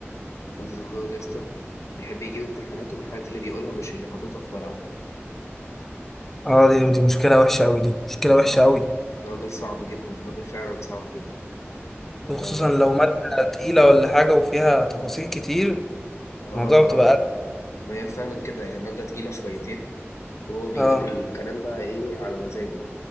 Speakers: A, on the left; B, in the centre.
A: عندي دكتور يا اسطى بيحب يجيب امتحاناته من الحاجات اللي بيقولها مش اللي حاططها في ورقه
B: اه دي دي مشكلة وحشة قوي دي مشكلة وحشة
A: ده راجل
B: قوي
A: راجل صعب جدا راجل فعلا صعب جدا
B: وخصوصا
A: ب... اه
B: لو مادة تقيلة ولا حاجة وفيها تفاصيل كتير
A: اه
B: الموضوع بتبقى
A: آه. ما هي فعلا كده هي ماده تقيله شويتين وهو بيجيب
B: أزمة.
A: الكلام بقى ايه على مزاجه